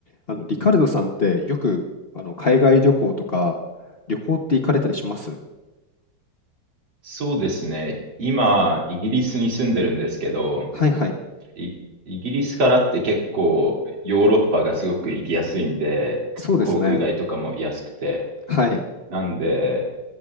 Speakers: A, on the left; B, on the right.
A: あの、リカルドさんってよくあの海外旅行とか旅行って行かれたりします
B: そうですね。今、イギリスに住んでるんですけど、
A: はいはい。
B: イ、イギリスからって結構ヨーロッパがすごく行きやすいんで、
A: そうですね。
B: 航空代とかも安くて。
A: はい。
B: なんで、